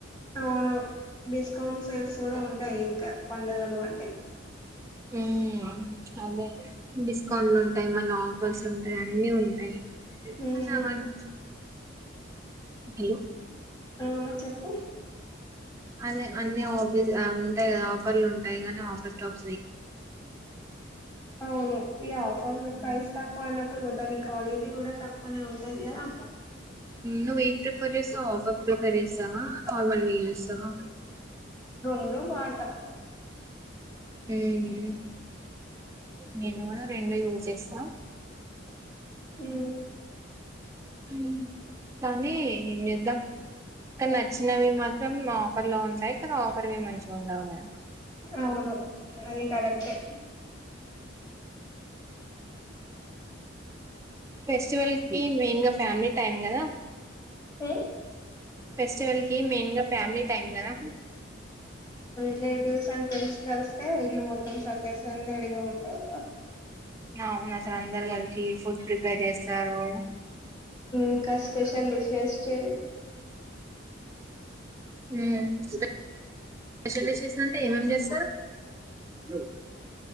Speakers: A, on the left; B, on the right.
A: అవును బేస్ అకౌంట్ సేల్స్ కూడా ఉంటాయి ఇంకా పడుగలు అంటే
B: ఉ అదే స్కౌంట్లు ఉంటాయి మళ్ళీ ఆఫర్స్ ఉంటాయి అన్ని ఉంటాయి ఒక
A: ఉమ్
B: సావన్ హలో
A: ఆ చెప్పు
B: అదే అన్నీ అభివు ఉంటాయి కదా ఆఫర్లు ఉంటాయి కానీ ఆఫర్ స
A: అవును ఇ ఫర్
B: ఉమ్
A: ప్రైస్ తక్కువ ఐనప్పుడు ఇప్పుడు దాని క్వాలిటీ కూడా తక్కువనే ఉంటాది కదా
B: నువ్వ ఏం ప్రిఫర్ చేస్తావు అఫ్ ప్రిఫర్ చేస్తావా నార్మల్ చేస్తావా
A: రెండు వాడతా
B: హ్మ్ నేను గుడా రెండు యూజ్ చేస్తా
A: హ్మ్
B: హ్ కానీ ఏం చేద్దాం ఇక్కడ నచ్చినవి మాత్రం ఆఫర్ లో ఉంటాయి ఇక్కడ ఆఫర్వి మంచి ఉండవుగా
A: అవును అది కరెక్టే
B: ఫెస్టివల్ కి మెయిన్ గా ఫ్యామిలీ టైమ్ కదా
A: ఉమ్
B: ఫెస్టివల్ కి మెయిన్ గా ఫ్యామిలీ టైం కదా
A: ప్లే ట్యూర్స్ అండ్ ఫ్రెండ్స్ కలిస్త ఇల్లు మొత్తం సందడిసందడిగా ఉం <unintelligible>
B: అవునసల్ అందరు కలిషి ఫుడ్ ప్రీ పేర్ చేస్తారు
A: ఇంకా స్పెషల్ డిషెష్ చే
B: హ్మ్ స్పెషల్ డిషెస్ అంటే ఏమేం చేస్తారు అ